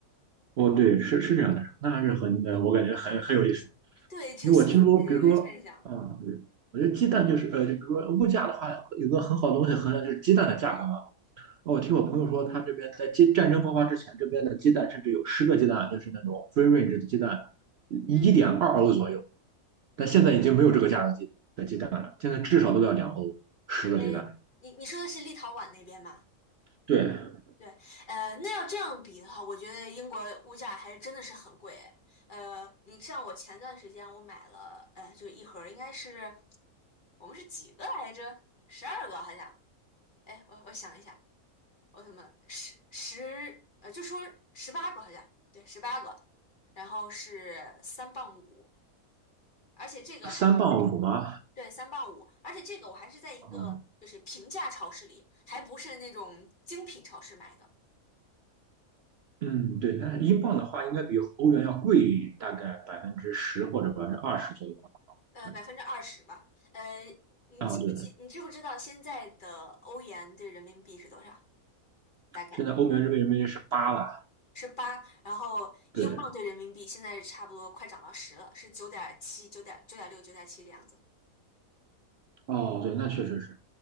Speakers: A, on the right; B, on the left.
A: 哦，对，是是这样的，那还是很呃，我感觉很很有意思。
B: 对，挺新奇的一个现象。
A: 因为我听说，比如说，嗯，对，我觉得鸡蛋就是呃，就比如说物价的话，有个很好的东西衡量就是鸡蛋的价格嘛。哦，我听我朋友说，他这边在鸡战争爆发之前，这边的鸡蛋甚至有十个鸡蛋，就是那种 free range 的鸡蛋，一点二欧左右。
B: 嗯
A: 但现在已经没有这个价的鸡的鸡蛋了，
B: 嗯，
A: 现在至少都要两欧十个鸡蛋。
B: 哎，你你说的是立陶宛那边吗？
A: 对，
B: 对，呃，那要这样比的话，我觉得英国物价还真的是很贵诶。哎呃，你像我前段时间我买了，呃，就是一盒儿，应该是我们是几个来着？十二个好像。哎，我我想一下。奥特曼十十呃，就说十八个好像，对，十八个，然后是三磅五，而且这个还是在
A: 三磅五吗？
B: 对三磅五，而且这个我还是在一个就是平价超市里，
A: 嗯
B: 还不是那种精品超市买的，
A: 嗯，对。那是英镑的话，应该比欧元要贵大概百分之十或者百分之二十左右吧。好像
B: 呃，百分之二十吧，呃，你记不记？
A: 啊，对，
B: 你知不知道现在的欧元对人民币是多少？大概
A: 现在欧元这边人民币是八了。
B: 是八，然后英镑对人民币现在差不多快涨到十了，
A: 对，
B: 是九点七、九点九点六、九点七这样子。
A: 哦，对，那确实是